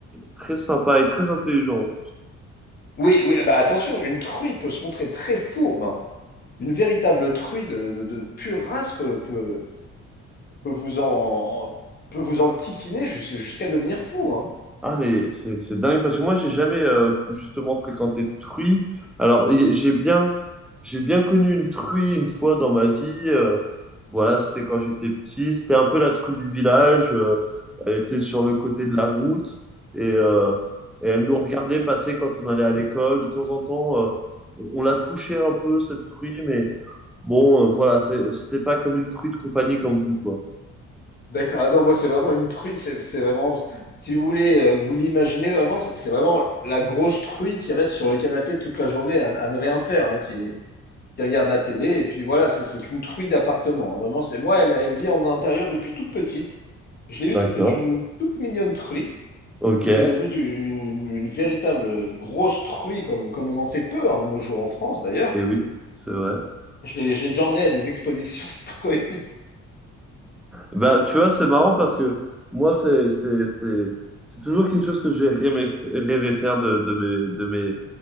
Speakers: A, in the centre; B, on the left (about 35°).
A: très sympas et très intelligents.
B: Oui, oui, bah attention, une truie peut se montrer très fourbe. hein. une véritable truie de, de, de pure race peut, peut, peut vous en peut vous en kikiner jus- jusqu'à devenir fou. Hein.
A: Ah mais c'est c'est dingue parce que moi j'ai jamais euh, justement fréquenté de truie. Alors y- j'ai bien j'ai bien connu une truie une fois dans ma vie. euh, voilà, c'était quand j'étais petit. C'était un peu la truie du village. euh, elle était sur le côté de la route et, euh, et elle nous regardait passer quand on allait à l'école. De temps en temps, euh, on on la touchait un peu cette truie, mais bon, euh, voilà, c'est- c'était pas comme une truie de compagnie comme vous quoi.
B: D'accord. Ah non, moi c'est vraiment une truie. C'est c'est vraiment, si vous voulez, euh, vous l'imaginez vraiment, c'est c'est vraiment la grosse truie qui reste sur le canapé toute la journée à, à ne rien faire, hein, qui, qui regarde la télé. Et puis voilà, c'est c'est une truie d'appartement. hein. Vraiment, c'est moi, elle, elle vit en intérieur depuis toute petite. Je l'ai
A: D'accord.
B: eue, c'était une toute mignonne truie.
A: Ok.
B: Puis c'est devenu une, une véritable grosse truie, comme, comme on en fait peu hein, de nos jours en France d'ailleurs.
A: Eh oui, c'est vrai.
B: Je l'ai, j'ai déjà emmené à des expositions de colis.
A: Bah, tu vois, c'est marrant parce que moi, c'est, c'est, c'est, c'est toujours quelque chose que j'ai rêvé, rêvé faire de, de mes, de mes